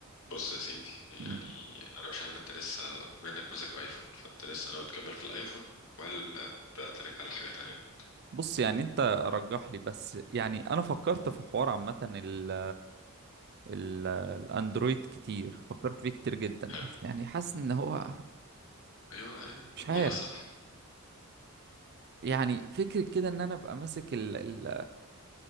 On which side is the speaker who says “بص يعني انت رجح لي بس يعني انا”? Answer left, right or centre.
Right